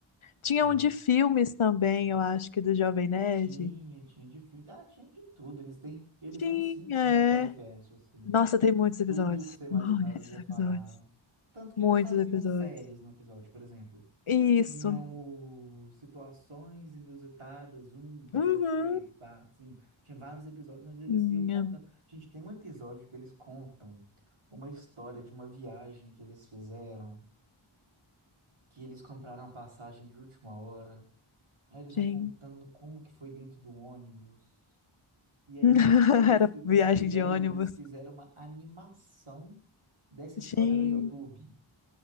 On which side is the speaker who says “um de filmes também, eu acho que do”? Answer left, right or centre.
Left